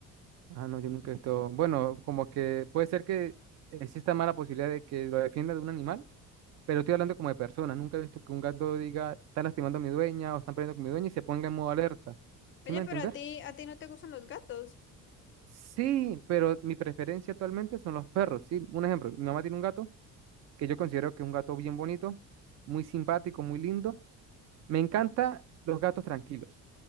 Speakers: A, on the right; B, on the left.
A: ah, no, yo nunca he visto, bueno, como que puede ser que exista mala posibilidad de que lo defienda de un animal Pero estoy hablando como de personas. Nunca he visto que un gato diga, está lastimando a mi dueña o están peleando con mi dueña y se ponga en modo alerta. ¿Sí
B: Oye,
A: me va a
B: pero
A: entender?
B: a ti, a ti no te gustan los gatos.
A: Sí, pero mi preferencia actualmente son los perros. Sí, un ejemplo, mi mamá tiene un gato que yo considero que es un gato bien bonito, muy simpático, muy lindo. Me encanta los gatos tranquilos,